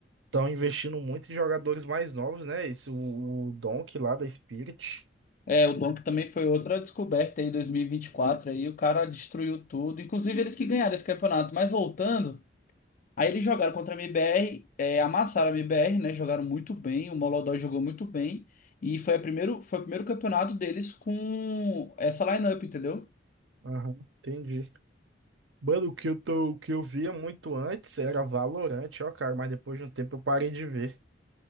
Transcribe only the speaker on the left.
É, o Donk também foi outra descoberta aí, 2024, aí o cara destruiu tudo, inclusive eles que ganharam esse campeonato. Mas voltando, aí eles jogaram contra a MBR, é, amassaram a MBR, né? Jogaram muito bem, o Molodói jogou muito bem, e foi, a primeiro, foi o primeiro campeonato deles com essa lineup, entendeu?